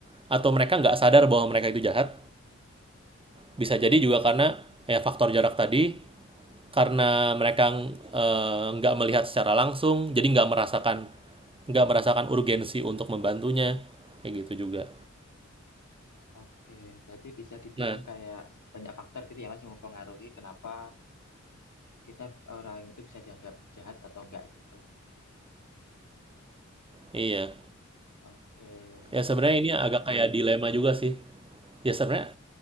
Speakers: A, on the right; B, on the left.
A: atau mereka nggak sadar bahwa mereka itu jahat. Bisa jadi juga karena ya faktor jarak tadi, karena mereka eh, nggak melihat secara langsung, jadi nggak merasakan nggak merasakan urgensi untuk membantunya, kayak gitu juga.
B: Oke, berarti bisa dibilang
A: Nah,
B: kayak banyak faktor gitu ya Mas yang mempengaruhi kenapa kita orang itu bisa dianggap jahat atau enggak gitu.
A: iya.
B: Oke,
A: Ya
B: wah,
A: sebenarnya ini agak kayak dilema juga sih. Ya sebenarnya